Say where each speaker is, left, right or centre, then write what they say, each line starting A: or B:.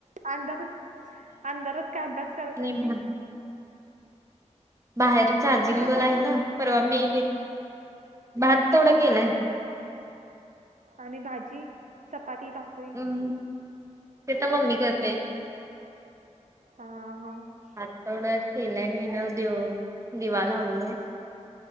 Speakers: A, on the right; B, on the right.
A: अंधरच अंधरच काय अभ्यास करत
B: आणि
A: ती.
B: भात बाहेर चार्जिंग
A: काय केलं
B: बला
A: साड्या
B: आहे ना परवा मी घेत. भात तेथोडा केलाय.
A: आणि भाजी चपाती भाकरी.
B: हम्म ते तर मम्मी करते.
A: हम ह.
B: आातवड्यात केलं आहे मी न देव दिवा लावलो.